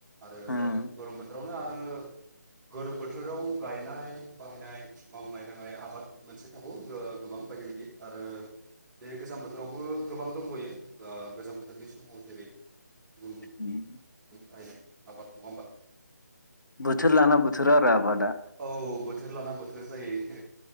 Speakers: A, on the right (about 15°); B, on the left (about 80°).
A: आरो
B: उम
A: गरम बोथोरावनो आरो गोरोम बोथोराव गायनाय बाहायनाय मावनाय दांनाय आबाद मोनसे थागौ गोबां बायदि बायदि आरो बे गोजां बोथोराव गोबां दंबयो <unintelligible> गोजां बोथोरनि समाव जेरै गु
B: उम
A: बायनाय आबाद नङा होनबा
B: बोथोर लाना बोथोराआरो आबादा
A: औ बोथोर लाना बोथोर जायो